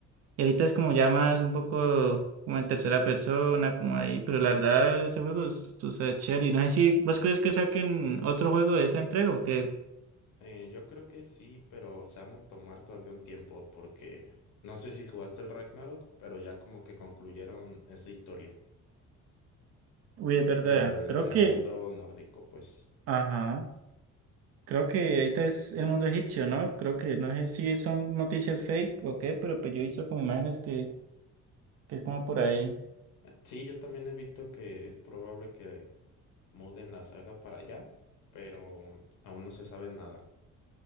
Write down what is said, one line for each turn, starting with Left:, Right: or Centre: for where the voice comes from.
Right: Y ahorita es como ya más un poco como en tercera persona, como ahí, pero la verdad ese juego es, o sea, chévere. Y No sé si vos crees que saquen otro juego de esa entrega o qué.
Left: Eh, yo creo que sí, pero se van a tomar todavía un tiempo porque no sé si jugaste el Ragnarok, pero ya como que concluyeron esa historia
Right: Uy, es verdad.
Left: en el,
Right: Creo
Left: en
Right: que
Left: el mundo nórdico, pues.
Right: Ajá. Creo que ahorita es el mundo egipcio, ¿no? Creo que no sé si son noticias fake o qué, pero pues yo he visto como imágenes que, que es como por ahí. <laughs>
Left: Eh, Sí, yo también he visto que es probable que muden la saga para allá, pero aún no se sabe nada.